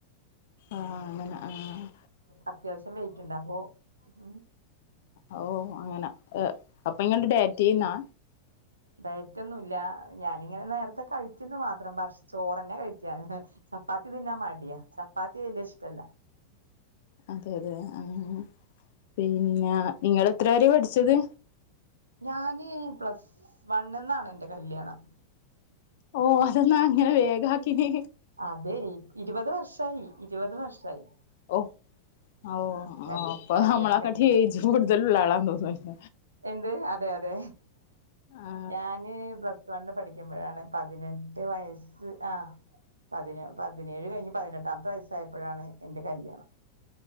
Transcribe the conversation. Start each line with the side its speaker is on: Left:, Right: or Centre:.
Left: ആഹ് അങ്ങനെ ആഹ്
Right: അത്യാവശ്യം വെയിറ്റ്ണ്ടോ അപ്പൊ ഉം
Left: ഓ അങ്ങനെ ഏ അപ്പൊ ഇങ്ങള് ഡയറ്റ് ചെയ്ന്നാ
Right: ഡയറ്റൊന്നുല്ല ഞാനിങ്ങനെ നേരത്തെ കഴിക്കുന്നു മാത്രം പക്ഷെ ചോറന്നെ കഴിക്കാ ചപ്പാത്തി തിന്നാൻ മടിയ ചപ്പാത്തി വല്ല്യ ഇഷ്ടല്ലാ
Left: അതെ അതെ ആഹ് പിന്നെ നിങ്ങള് എത്ര വരെ പഠിച്ചത്
Right: ഞാന് പ്ലസ് വൺ ന്നാണ് എന്റെ കല്യാണം
Left: ഓ അതെന്നാ ഇങ്ങനെ വേഗാക്കിന്
Right: അതെ ഇരുപത് വർഷായി ഇരുപത് വർഷമായി
Left: ഓ ഓ
Right: കല്
Left: അപ്പൊ
Right: കല്യാണം
Left: നമ്മളെ
Right: കഴിഞ്ഞിട്ട്
Left: കാട്ടി ഏജ് കൂടുതലുള്ള ആളാ തോന്നില്ല
Right: എന്ത് അതെ അതെ
Left: ആ
Right: ഞാന് പ്ലസ് വണ്ണ് പഠിക്കുമ്പോഴാണ് പതിനെട്ട് വയസ്സ് ആ പതിന പതിനേഴ് കഴിഞ്ഞ് പതിനെട്ടാമത്തെ വയസ്സായപ്പോഴാണ് എന്റെ കല്യാണം